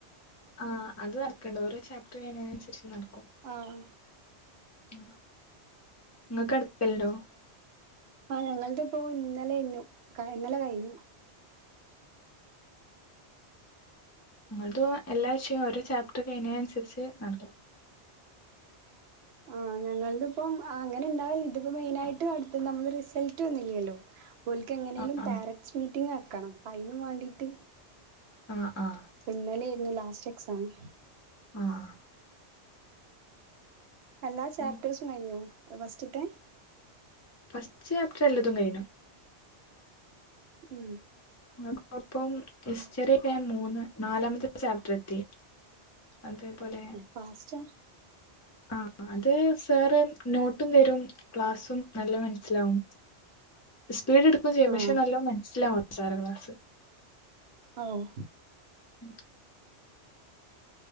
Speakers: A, on the left; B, on the right.
A: ആഹ് അതും എടക്കൊണ്ട് ഓരോ ചാപ്റ്റർ കഴിയാണേനനുസരിച്ച് നടക്കും.
B: ആഹ്
A: ആഹ് ഇങ്ങക്ക് <unintelligible>
B: ആഹ് ഞങ്ങൾത് ഇപ്പോ ഇന്നലെ ഇന്നു ഇന്നലെ കഴിഞ്ഞു.
A: ഞങ്ങൾതോ എല്ലാ വിഷയോം ഒരോ ചാപ്റ്റർ കഴിഞ്ഞെ അനുസരിച്ച് നടക്കും.
B: ആഹ് ഞങ്ങൾതിപ്പം അങ്ങനെ ഇണ്ടാവില്ല ഇതിപ്പോ മെയിനായിട്ട് അടുത്ത നമ്മ റിസൾട്ട് വന്നില്ലല്ലോ പുള്ളിക്ക് എങ്ങനെലും
A: ആഹ് ആഹ്
B: പാരറ്റ്സ് മീറ്റിംഗ് വെക്കണം അപ്പോ അയിനും വേണ്ടിട്ട്
A: ആഹ് ആഹ്
B: പിന്നലെരുന്നു ലാസ്റ്റ് എക്സാമ്
A: ആഹ്
B: എല്ലാ
A: അപ്പം
B: ചാപ്റ്റേഴ്സും കഴിഞ്ഞോ ഫസ്റ്റിത്തെ
A: ഫസ്റ്റ് ചാപ്റ്റർ എല്ലതും കഴിഞ്ഞു
B: ഉം
A: അപ്പൊപ്പം ഹിസ്റ്ററി ഒക്കെ മൂന്ന് നാലാമത്തെ ചാപ്റ്റർ എത്തി അതേപോലെ
B: പാസ്റ്റാ
A: ആഹ് അത് സാറ് നോട്ടും തരും ക്ലാസ്സും നല്ലോ മനസ്സിലാവും സ്പീഡ് എടുക്കയും ചെയ്യും
B: ആഹ്
A: പക്ഷെ നല്ലോ മനസ്സിലാവും സാറെ ക്ലാസ്സ്
B: ആവു
A: ഉം